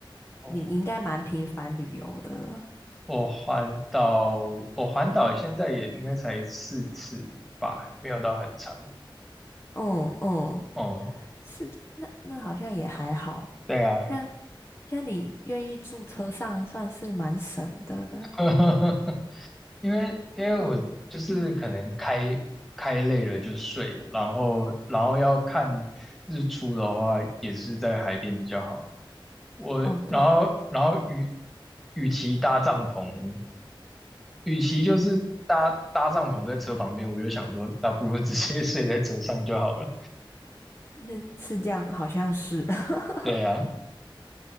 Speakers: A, on the left; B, in the centre.
A: 你你应该蛮频繁旅游的。
B: 我我环岛，我环岛现在也应该才四次吧，没有到很长。
A: 嗯嗯，
B: 哦，
A: 是，那那好像也还好。
B: <laughs> 对啊，
A: 那那你愿意住车上，算是蛮省的。
B: <laughs> 因为因为我就是可能开开累了就睡，然后然后要看日出的话，也是在海边比较好。我然后然后与
A: 哦，对，
B: 与其搭帐篷，与其就是搭搭帐篷在车旁边，我就想说，那不如直接睡在车上就好了。
A: 那是这样，好像是。<laughs>
B: 对啊，